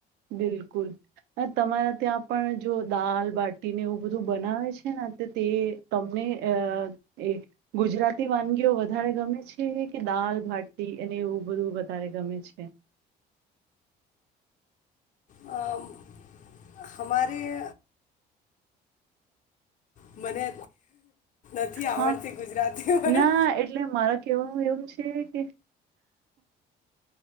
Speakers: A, on the right (about 85°); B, on the left (about 50°).
A: બિલકુલ તમારા ત્યાં પણ જો દાલ બાટીને એવું બધું બનાવે છે, ને તે તમને અ એ ગુજરાતી વાનગીઓ વધારે ગમે છે, કે દાલ બાટી અને એવું બધું વધારે ગમે છે.
B: અમ, હમારે મને નથી આવડતી
A: હા
B: ગુજરાતી પણ
A: ના એટલે મારા કેવા એવું છે, કે <inaudible>